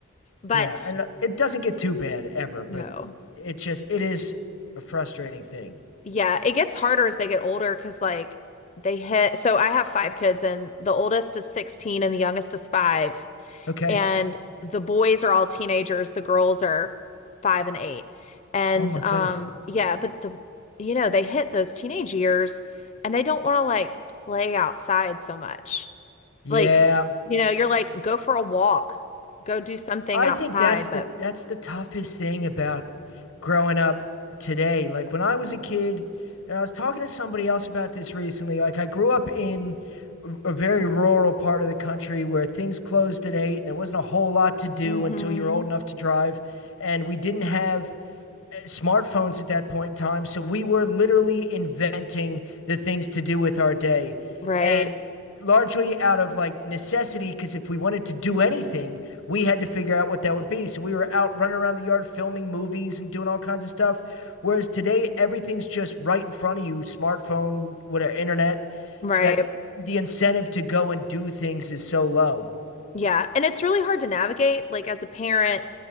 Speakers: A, on the left (about 35°); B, on the left (about 80°).
A: But
B: Yeah, and uh, it doesn't get too bad ever, but
A: no,
B: it just it is a frustrating thing.
A: yeah, it gets harder as they get older because like they hit. So I have five kids, and the oldest is 16 and the youngest is five.
B: Okay.
A: and the boys are all teenagers, the girls are five and eight. And
B: Oh my
A: um
B: goodness.
A: yeah, but the you know, they hit those teenage years and they don't want to like play outside so much.
B: Yeah,
A: Like, you know, you're like go for a walk, go do something
B: I
A: outside,
B: think that's the
A: but
B: that's the toughest thing about growing up today. Like when I was a kid, and I was talking to somebody else about this recently. Like I grew up in a very rural part of the country where things closed at eight and there wasn't a whole lot to do
A: mm-hmm.
B: until you're old enough to drive. And we didn't have smartphones at that point in time. So we were literally inventing the things to do with our day.
A: Right.
B: And largely out of like necessity, because if we wanted to do anything, we had to figure out what that would be. So we were out running around the yard filming movies and doing all kinds of stuff. Whereas today, everything's just right in front of you smartphone, whatever, internet
A: Right.
B: that the incentive to go and do things is so low.
A: Yeah, and it's really hard to navigate. Like as a parent,